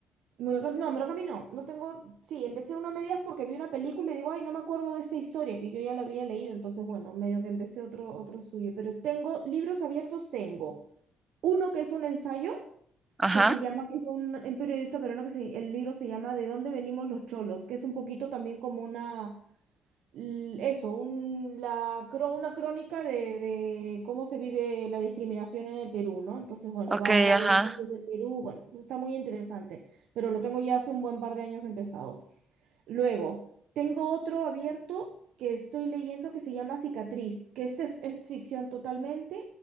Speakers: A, on the right; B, on the right.
A: Murakami- no, Murakami no, no tengo, sí, empecé uno a medias porque vi una película y digo, ay, no me acuerdo de esta historia que yo ya la había leído, entonces bueno, medio que empecé otro, otro suyo, pero tengo libros abiertos, tengo uno que es un ensayo
B: ajá.
A: que se llama, que es un, un periodista peruano que se- el libro se llama ¿De dónde venimos los cholos? que es un poquito también como una l- eso, un- la, cro- una crónica de, de cómo se vive la discriminación en el Perú, ¿no? Entonces, bueno,
B: Ok,
A: va a varios
B: ajá.
A: puntos del Perú, bueno, pues está muy interesante, pero lo tengo ya hace un buen par de años empezado. Luego, tengo otro abierto que estoy leyendo que se llama Cicatriz, que este es, es ficción totalmente